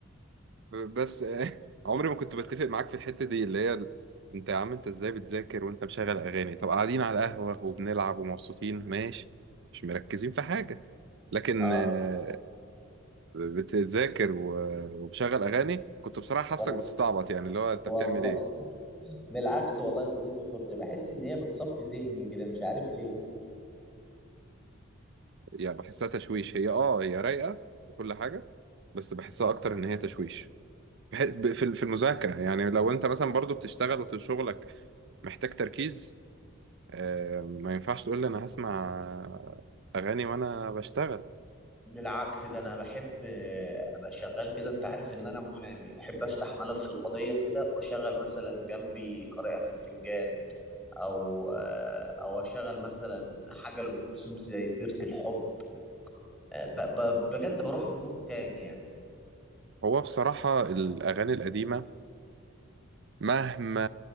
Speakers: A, on the right; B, in the centre.
A: ب- بس <laughs> عمري ما كنت بتفق معاك في الحته دي اللي هي ال- انت يا عم انت ازاي بتذاكر وانت مشغل اغاني طب قاعدين على القهوه وبنلعب ومبسوطين ماشي مش مركزين في حاجه لكن
B: آه
A: آه، بتذاكر و- ومشغل اغاني كنت بصراحه حاسك
B: والله
A: بتستعبط يعني اللي هو انت
B: والله
A: بتعمل ايه
B: بالعكس والله يا صديقي كنت بحس إن هي بتصفي ذهني كده مش عارف ليه
A: يعني بحسها تشويش هي اه هي رايقه وكل حاجه بس بحسها اكتر ان هي تشويش بح- ب- في ال- في المذاكره يعني لو انت مثلا برضو بتشتغل وشغلك محتاج تركيز آه، ما ينفعش تقول لي انا هسمع اغاني وانا بشتغل
B: بالعكس ده انا بحب آه، ابقى شغال كده انت عارف ان انا محامي احب افتح ملف القضية كده واشغل مثلا جنبي قارئة الفنجان او او اشغل مثلا حاجه لام كلثوم زي سيره الحب ب- ب- بجد بروح في مود تاني يعني
A: هو بصراحه الاغاني القديمه مهما